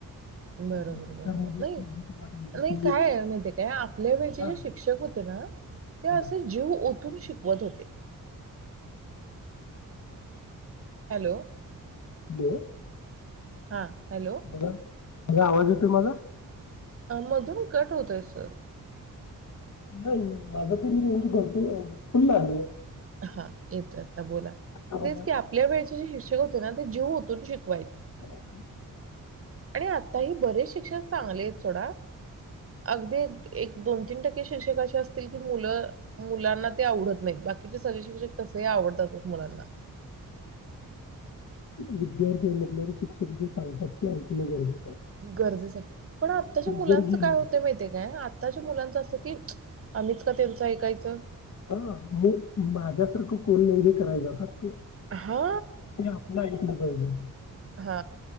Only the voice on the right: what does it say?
बरोबर
बरोबर
नाही
नाही
काय माहिती काय आपल्या वेळचे
जे शिक्षक होते ना,
ते असे जीव ओतून शिक शिकवत होते. हॅलो,
हा हॅलो
हा मधून कट होतोय सर,
हा येतोय. आता बोला
तेच
की, आपल्या वेळचे शिक्षक होते ना ते जीव ओतून शिक
आणि आताही बरेच शिक्षक चांगले आहेत. सोडा अगदी एक दोन तीन टक्के शिक्षक असे असतील की मुलं मुलांना ते आवडत नाहीत बाकी कि सगळे शिक्षक तसे आवडतातच मुलांना,
गरजेच आहे पण आत्ताच्या मुलांचं
काय होत माहिती काम? आत्ताच्या मुलांचं असं कि, आम्हीच का त्यांच ऐकायचं,
हा
हा